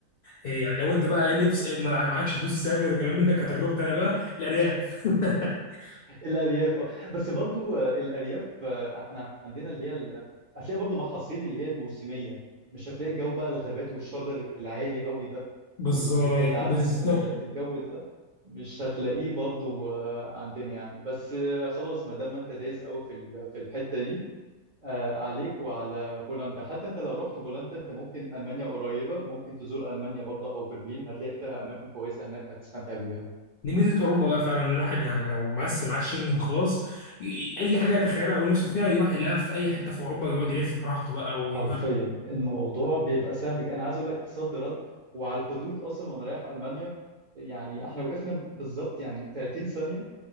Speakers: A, on the left; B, on the right.
A: إيه يعني لو انت بقى نفس مع- معكش فلوس تسافر وكلام من ده كتجربتي انا بقى الارياف <laughs>
B: الارياف آه. بس برضو آه، الارياف آه، احنا عندنا اللي هي ال... هتلاقي برضو محاصيل اللي هي الموسميه مش هتلاقي جو بقى الغابات والشجر العالي قوي ده
A: بالظبط
B: والجبال عارف
A: بالظبط
B: انت ال- الجو ده مش هتلاقيه برضو آه، عندنا يعني بس آه، خلاص ما دام ما انت دايس قوي في ال- في الحته دي آه، عليك وعلى بولندا حتى انت لو رحت بولندا انت ممكن المانيا قريبه ممكن تزور المانيا برضو او برلين هتلاقي فيها اماكن كويسه هناك هتستمتع بيها
A: دي ميزه اوروبا بقى فعلا الواحد يعني لو مقسم معاه الشنجن خلاص ي- اي حاجه يتخيلها او نفسه فيها يروح يلف في اي حته في اوروبا يقعد يلف براحته بقى ويجرب
B: حرفيا الموضوع بيبقى سهل ج- انا عايز اقول لك صد رد وعلى الحدود اصلا وانا رايح المانيا يعني احنا وقفنا بالظبط يعني 30 ثانيه